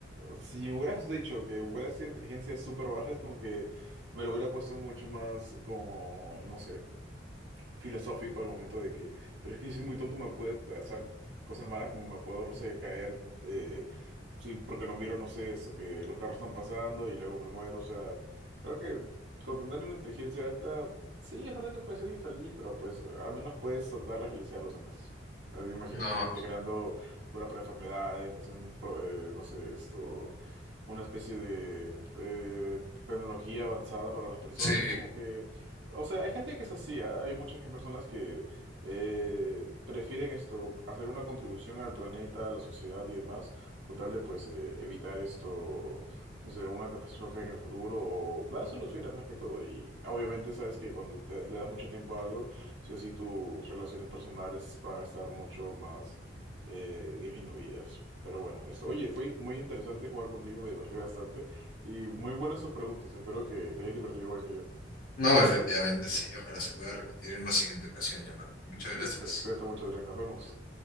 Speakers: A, on the right (about 65°); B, on the left (about 45°).
A: si me hubieras dicho que hubiera sido inteligencia súper baja, es como que me lo hubiera puesto mucho más como, no sé filosófico al momento de que, pero es que si soy muy tonto me puede pasar cosas malas como me puedo, no sé, caer, eh, sí, porque no miro, no sé, eso, que los carros están pasando y luego me muero, o sea, creo que con tener una inteligencia alta, sí, es verdad que puede ser infeliz, pero pues al menos puedes darle felicidad a los demás. Así, imagi-
B: No,
A: Imagínate creando cura para enfermedades, haciendo, pro- eh, no sé, esto, una especie de eh, tecnología avanzada para las personas,
B: sí.
A: como que... O sea, hay gente que es así, ¿ah? Hay muchas que- personas que eh, prefieren esto, hacer una contribución al planeta, a la sociedad y demás, con tal de pues eh, evitar esto, no sé, alguna catástrofe en el futuro o dar soluciones más que todo. Y obviamente sabes que cuando te- le das mucho tiempo a algo, sí o sí tus relaciones personales van a estar mucho más eh, disminuidas. Pero bueno, esto, oye, fue muy interesante jugar contigo, me divertí bastante y muy buenas tus preguntas. Espero que te hayas divertido igual que yo.
B: No, efectivamente, sí. Ojalá se pueda repetir en una siguiente ocasión, ya, Marco. Muchas
A: Listo,
B: gracias.
A: cuídate mucho, Adrián, nos vemos.